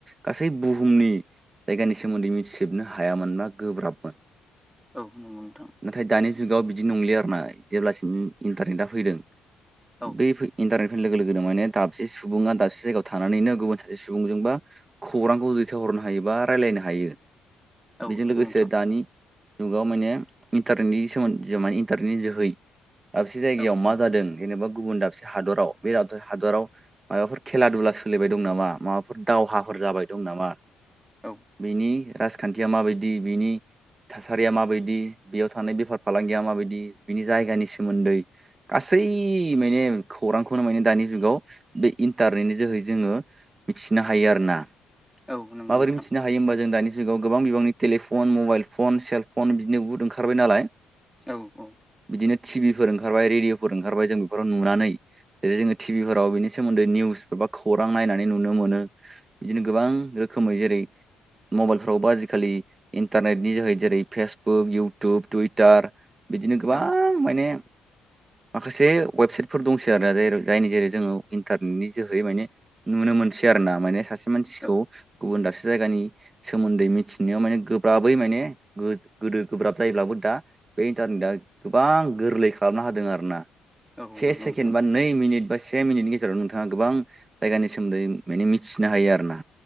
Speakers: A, on the right (about 30°); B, in the centre.
A: गासै बुहुमनि जायगानि सोमोन्दै मिथिजोबनो हायामोनना गोब्राबमोन।
B: औ नंगौ नोंथां।
A: नाथाय दानि जुगाव बिदि नंलिया आरोना जेब्लासिम इन्टारनेटआ फैदों
B: औ
A: बैफो इन्टारनेट लोगो लोगोनो माने दाबसे सुबुङा दाबसे जायगायाव थानानैनो गुबुन सासे सुबुंजोंबा खौरांखौ दैथावहर नो हायोबा रायलायनो हायो
B: औ
A: बेजों
B: नंगौ
A: लोगोसे
B: नोंथां
A: दानि जुगाव माने इन्टारनेटनि सोमोन्दै माने इन्टारनेटनि जोहै दाबसे जायगायाव
B: औ
A: मा जादों जेनेबा गुबुन दाबसे हादराव बे दाबसे हादराव मायबाफोर खेला दुला सोलिबाय दं नामा माबा फोर दावहाफोर जाबाय दं नामा
B: औ
A: बिनि राजखान्थिया माबायदि बिनि थासारिया माबायदि बेयाव थानाय बेफार फालांगिया माबायदि बिनि जायगानि सोमोन्दै गासै गासै माने खौरांखौनो माने दानि जुगाव बे इन्टारनेटनि जोहै जोङो मिथिनो हायो आरो ना
B: औ नंगौ
A: माबोरै
B: नोंथां
A: मिथिनो हायो होमबा जों दानि जुगाव गोबां बिबांनि टेलिफन मबाइल फन सेलफन बिदिनो बुहुद ओंखारबाय नालाय।
B: औ औ।
A: बिदिनो टि बिफोर ओंखारबाय रेडिअफोर ओंखारबाय जों बेफोराव नुनानै जेरै जोङो टि बिफोराव बिनि सोमोन्दै निउस बा खौरां नायनानै नुनो मोनो बिदिनो गोबां रोखोम खोमै जेरै मबाइलफ्रावबो आजिखालि इन्टारनेटनि जोहै जेरै फेसबुक इउटुब टुइटार बिदिनो गोबां
B: औ
A: माने
B: <inaudible>
A: माखासे वेबसाइटफोर दंसै आरो जायनि जेरै जोङो इन्टारनेटनि जोहै माने नुनो मोनसै आर ना माने सासे मानसिखौ
B: औ
A: गुबुन दाबसे जायगानि सोमोन्दै मिथिनायाव माने गोब्राबै माने गो गोदो गोब्राब जायोब्लाबो दा बे इन्टारनेटआ गोबां गोरलै खालामना होदों आरोना
B: औ
A: से
B: नंगौ
A: सेकेण्ड
B: नोंथां
A: बा नै मिनिट बा से मिनिटनि गेजेराव नोंथाङा गोबां जायगानि सोमोन्दै माने मिथिनो हायो आरोना।